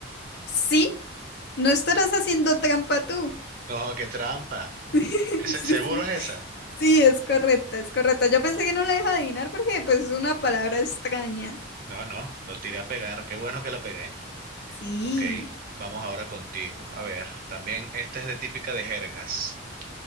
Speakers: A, on the left; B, on the right.
A: Sí, no estarás haciendo trampa tú.
B: No, qué trampa.
A: <laughs>
B: ¿Ese-
A: Sí,
B: ¿Seguro
A: sí.
B: es esa?
A: Sí, es correcta, es correcta. Yo pensé
B: Oh,
A: que no la iba a adivinar porque pues es una palabra extraña.
B: no, no, lo tiré a pegar. Qué bueno que la pegué.
A: Sí,
B: Ok, vamos ahora contigo. A ver, también esta es de típica de jergas.